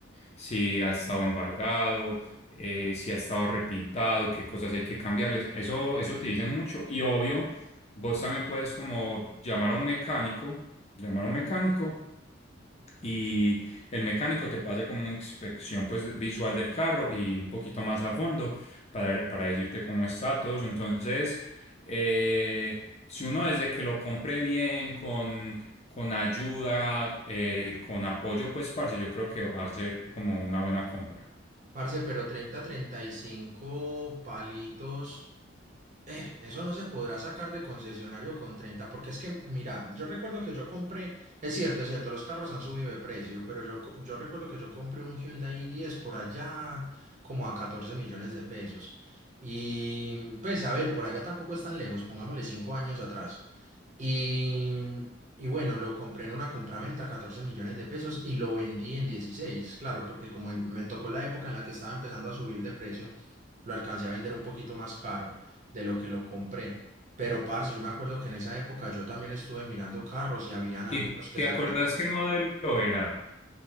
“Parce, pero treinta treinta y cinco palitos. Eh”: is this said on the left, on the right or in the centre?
Right